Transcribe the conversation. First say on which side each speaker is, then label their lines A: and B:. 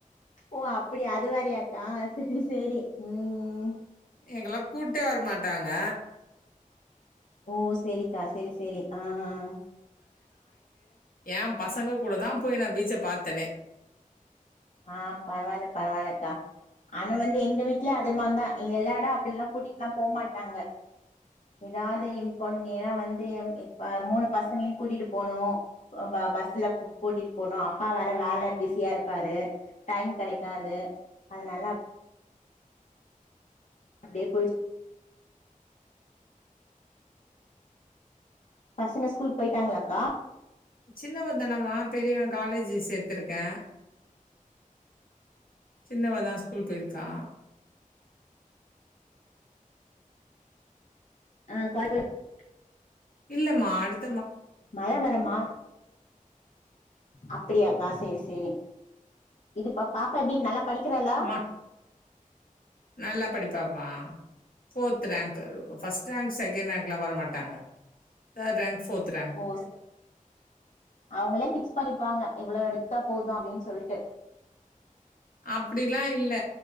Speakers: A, on the left (about 60°); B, on the left (about 80°).
A: ஓ அப்படி அது மாரியாக்கா செரி செரி உம்
B: எங்கல்லா கூப்ட்டே வரமாட்டாங்க
A: ஓ சேரிக்கா சேரி சேரி ஆஹ்
B: ஏ பசங்க கூட தா போய் நா பீச்ச பாத்தனே
A: ஆஹ் பரவால்ல பரவால்லக்கா ஆனா வந்து எங்க வீட்ல அதுல்லாந்தா எங்க எல்லாரு அப்பிட்ல்லா கூட்டிட்லா போமாட்டாங்க எதாவது இப்ப நேரா வந்து எ இப்ப மூணு பசங்களயு கூட்டிட்டு போனு ப பஸ்ல க் கூட்டிட் போனு அப்பா வேற வேல பிஸியா இருப்பாரு டைம் கெடைக்காது அதனால அப்டியே போய்டுச் பசங்க ஸ்கூல் போயிட்டாங்களாக்கா.
B: சின்னவெ தானம்மா பெரியவே காலேஜு சேத்திருக்கே சின்னவதா ஸ்கூல் போயிருக்கா.
A: <inaudible>
B: இல்லமா அடுத்
A: மழை வரமா அப்படியாக்கா செரி செ செரி இது பா பாப்பா எப்டி நல்லா படிக்கிறாளா
B: மா நல்லா படிப்பு மொத்தமா fourth rank first rank, second ரேங்க்ல வர மாட்டாங்க ஃதேர்ட் ரேங்க். ரேங்க்.
A: ஓ ஸ் அவுங்களே ஃபிக்ஸ் பண்ணிப்பாங்க. இவ்ளோ எடுத்தா போது அப்டின்னு சொல்ட்டு.
B: அப்டில்லா இல்ல